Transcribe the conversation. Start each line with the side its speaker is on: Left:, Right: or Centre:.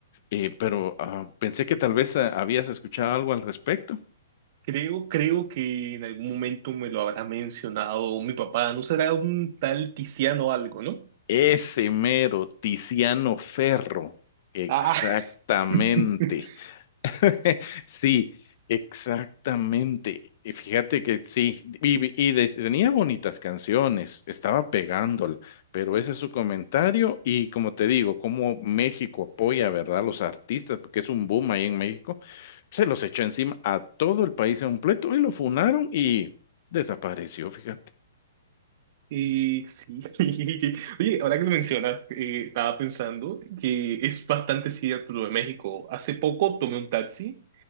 Left: Eh, pero ah, pensé que tal vez ah, habías escuchado algo al respecto.
Right: creo, creo que en algún momento me lo habrá mencionado mi papá, no será un tal Tiziano algo, ¿no?
Left: Ese mero Tiziano Ferro, exactamente.
Right: Ah, <laughs>
Left: <laughs> Sí, exactamente. Y Fíjate que sí, y, y de- tenía bonitas canciones, estaba pegándola, pero ese es su comentario y como te digo, como México apoya, ¿verdad? A los artistas, porque es un boom ahí en México, se los echó encima a todo el país completo y lo funaron y desapareció, fíjate.
Right: eh, sí. <laughs> Oye, ahora que lo mencionas, eh, estaba pensando que es bastante cierto lo de México. Hace poco tomé un taxi